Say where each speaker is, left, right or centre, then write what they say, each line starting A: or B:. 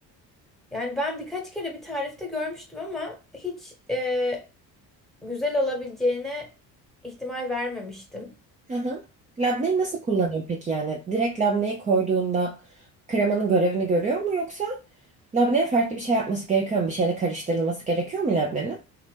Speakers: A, in the centre; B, on the right.
A: Yani ben birkaç kere bir tarifte görmüştüm ama hiç e, güzel olabileceğine ihtimal vermemiştim.
B: Hı hı. Labneyi nasıl kullanıyor peki yani? Direkt labneyi koyduğunda kremanın görevini görüyor mu yoksa labneye farklı bir şey yapması gerekiyor mu? Bir şeyle karıştırılması gerekiyor mu labnenin?